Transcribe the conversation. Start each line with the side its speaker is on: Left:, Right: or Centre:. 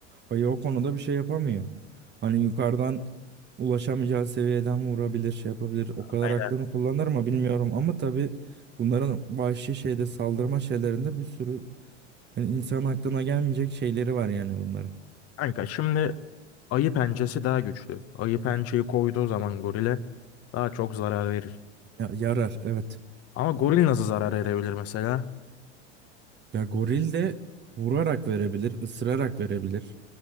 Right: ayı o konuda bir şey yapamıyor. Hani yukarıdan ulaşamayacağı seviyeden vurabilir, şey yapabilir. O kadar
Left: Aynen.
Right: aklını kullanır mı bilmiyorum ama tabii bunların vahşi şeyde saldırma şeylerinde bir sürü Yani insan aklına gelmeyecek şeyleri var yani bunların.
Left: Kanka şimdi ayı pençesi daha güçlü. Ayı pençeyi koyduğu zaman gorile daha çok zarar verir.
Right: Ya, yarar evet.
Left: Ama goril nasıl zarar verebilir mesela?
Right: Ya goril de vurarak verebilir, ısırarak verebilir.